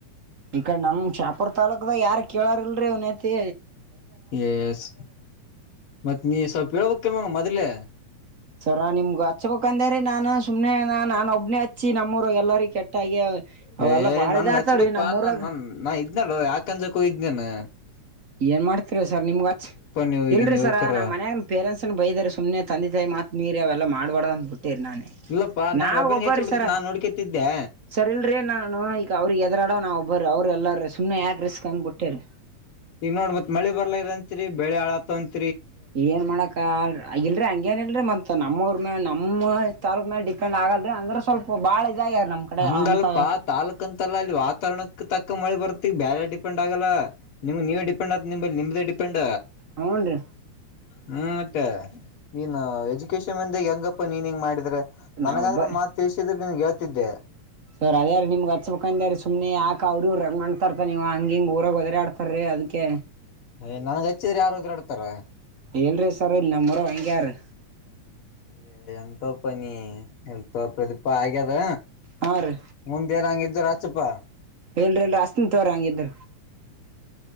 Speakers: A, on the right; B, on the left.
A: ಈಕ ನಮ್ ಚಾಪೂರ್ ತಾಲೂಕಕ್ದ ಯಾರ ಕೇಳರ್ಲ್ರರಿ ಅವನತಿ.
B: ಎಸ್ ಮತ್ ನೀ ಸ್ವಲ್ಪ ಹೇಳೇಬೇಕಲ್ ಮೊದ್ಲೆೇ ಹ.
A: ಸರ ನಿಮ್ ಹಚ್ಬೇಕ ಅಂದ್ರ ನಾನು ಸುಮ್ನೆ ನಾನು ಒಬ್ಬನೇ ಹಚ್ಚ. ಹಚ್ಚಿ ನಮ್ಮೂರು ಎಲ್ಲಾರೂ ಕೆಟ್ಟಾಗಿ. ಅವೆಲ್ಲಾ
B: ಏ
A: ಬಾಳ
B: ನನ್ಗ್
A: ಇದಾತವ್ರಿ
B: ಹಚ್ ಬಿಡುಪಾ
A: ನಮ್ಮೂರಾಗ
B: ನ ನಾ ಇದ. ಇದನಲ್ಲೋ ಯಾಕನ್ಜಕೋಯ್ೇಾನ.
A: ಏನ್ ಮಾಡ್ತಿರಿ ಸರ್ ನಿಮ್ಗ್ ಅಚ್
B: ನೀವ್ ಈಗಿನ
A: ಇಲ್ರಿ
B: ಯುವಕರ
A: ಸರ ನಮ್ಮ ಮನ ಪೇರೆಂಟ್ಸ್ ಬೈದಾರ ಸುಮ್ನೆ ತಂದೆ ತಾಯಿ ಮಾತ್ ಮೀರಿ. ಅವೆಲ್ಲ ಮಾಡಬಡ ಅಂದ್ ಬಿಟ್ಟು. ನಾನೇ
B: ಇಲ್ಲಪ್ಪಾ ನನ್ಗ್
A: ನಾವವು
B: ಒಬ್ಬನಿಗೆ
A: ಒಬ್ಬರೀ
B: ಹೆಚ್ಚಿ ಬಿಡ್ತತ್
A: ಸರ
B: ನಾನ್ ನೋಡ್ಕತಿದ್ದೆ
A: ಸರ್ ಇಲ್ರಿೀ ನಾನು ಈಗ ಅವ್ರಿಗೆ ಎದರಾಡೋ ನಾ ಒಬ್ಬ್ರ ಅವರು ಎಲ್ಲಾರು ಸು್ನೆ ಯಾಕಕ್ ರಿಸ್ಕ್ ಅಂದ್ ಬಿಟ್ಟೇರಿ.
B: ಈಗ ನೋಡ್ ಮತ್ ಮಳಿ ಬರ್ಲ ಇತ್ರಿ ಬೆಳೆ ಆಳತಂತ.
A: ಏನ್ ಮಾಡಕ ಇಲ್ರಿ ಹಂಗೇನ್ ಇಲ್ರಿ ಮತ್ತತ್ ನಮ್ಮೂರು. ನಮ್ಮ ತಾರೂಕ್ ಮೇಲೆ ಡಿಪೆಂಡ್ ಆಗಲ್ರಿ ಅಂದ್ರೆ ಸ್ವಲ್ಪ ಬಾಳ. ಇದಾಗ್ಯಾರ ನಮ್ ಕಡೆ
B: ಹಂಗಲ್ಪಾ
A: ಅಂತ
B: ತಾಾಲೂಕ್ ಅಂತಲ್ಲ ಅಲ್ಲಿ ವಾತಾವರಣಕ್ಕೆ ತಕ್ಕ. ಅಕ್ಕ ಮಳಿ ಬರ್ತ್ತ ಈ ಬೇರೆ ಡಿಪೆಂಡ್ ಆಗಲ್ಲ. ನಿಮ್ ನೀವ ಡಿಪೆಂಡ್ ಆತ ನಿಮ್ದ. ಪಿಂಡ.
A: ಹ್ನ್ೀ.
B: ಹ್ಮ್ ಮತ್ತೆ ನೀನ್ ಎಜುಕೇಶನ್ ಅ. ಹೆಂಗಪ್ಪ ನೀನ್ ಹೆಂಗ ಮಾಡಿದ್ರೆ ನನಗಾದ್ರರು
A: ನಾವೊಬ್ಬ
B: ಮಾತ್ ತಿಳಸಿದ್ರೆ. ನಿನ್ಗೆೇಳ್ತಿದ್ದೆ.
A: ಸರ್ ಅದ ಯಾರ ನಿಮ್ಗೆ ಹಚ್ಬೇಕಂದ ಸುಮನೆ ಹಾಕ. ಕ ಅವ್ರ ರಗ ಮಾಡ್ತಾರತ ನೀವ್ ಹಂಗಿ ಹಂಗ ಊರಾಗ ಹದ್ರ ಆಡ್ತಾರ್ರೀ ಅದಕ್ಕೆ
B: ್ ನನ್ಗೆ ಹಚ್ಚಿದ್ರೆ ಯಾರದ್ರರುಾಡ್ತಾರ.
A: ಹೇಳಲ್ರಿ ಸರ್ ಇಲ್ಲಿ ನಮ್ಮರ ಹಂಗಗೆ ಯಾರೀ.
B: ಹ್ಮ. ಎಂತ ಪನ ಹೆ. ಪ್ರದೀಪಾ ಆಗ್ಯದ
A: ಹಾ ರೀ
B: ಮುಂದೆ ಏನ ಹಂಗಿದ್ದರ ತ್ ಚಪ್ಪ
A: ಇಲ್ರಿ ಇಲ ನಾ ಹಸ್ತನ ತೊಗೋರಿ ಹಂಗಿದ್ರ